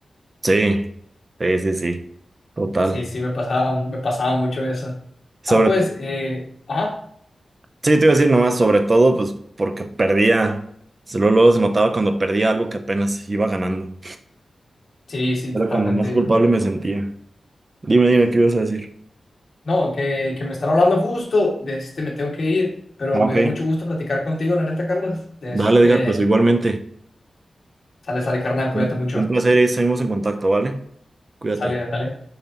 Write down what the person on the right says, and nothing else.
Sí, sí, sí, sí, total.
Sobre
Sí, te iba a decir nomás, sobre todo, pues porque perdía. Luego, luego se notaba cuando perdía algo que apenas iba ganando.
Era
cuando más
culpable me sentía. Dime, dime, ¿qué ibas a decir?
Ah,
ok.
Dale,
Edgar, pues igualmente.
Un,
un placer y seguimos en contacto, ¿vale? Cuídate.